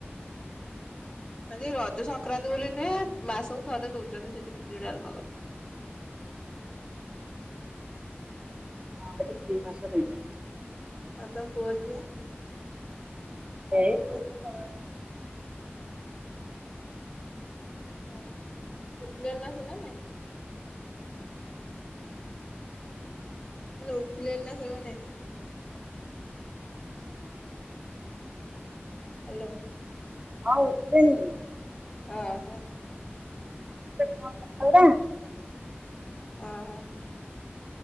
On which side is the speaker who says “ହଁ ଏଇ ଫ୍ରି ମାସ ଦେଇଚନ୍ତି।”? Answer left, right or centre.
Right